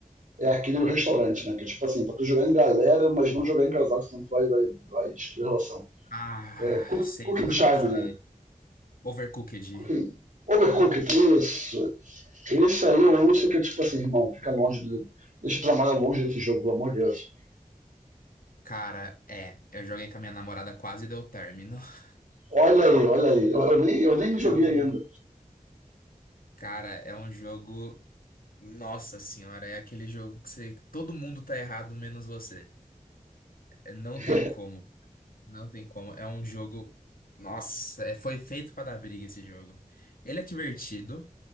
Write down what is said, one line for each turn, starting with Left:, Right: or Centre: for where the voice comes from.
Right: é aquele do restaurante, né? Que é tipo assim, pra tu jogar em galera, mas não jogar em casal, senão tu vai, vai, vai destruir a relação.
Left: Ah,
Right: É, cook,
Left: sei
Right: cooking
Left: exatamente
Right: Time,
Left: que jogo
Right: né?
Left: é ele. Overcooked.
Right: Cooking, Overcooked, isso. Esse aí eu ouço que é tipo assim, irmão, fica longe do. Deixa eu trabalhar longe desse jogo, pelo amor de Deus.
Left: Cara, é. Eu joguei com a minha namorada, quase deu término. <laughs>
Right: Olha aí, olha aí. Eu, eu nem, eu nem joguei
Left: É o.
Right: ainda.
Left: Cara, é um jogo. Nossa senhora, é aquele jogo que você- todo mundo tá errado menos você. É, Não
Right: <laughs>
Left: tem como, não tem como. É um jogo. Nossa, é- foi feito pra dar briga esse jogo. Ele é divertido.